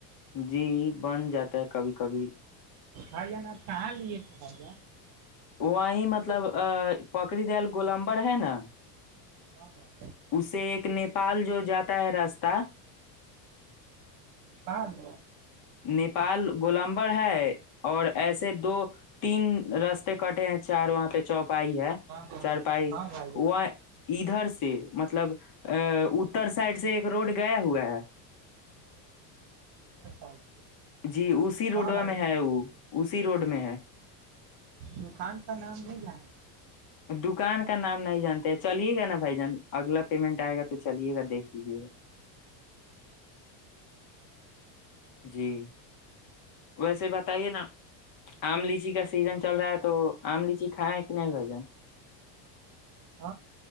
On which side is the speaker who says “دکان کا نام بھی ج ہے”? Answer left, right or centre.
Right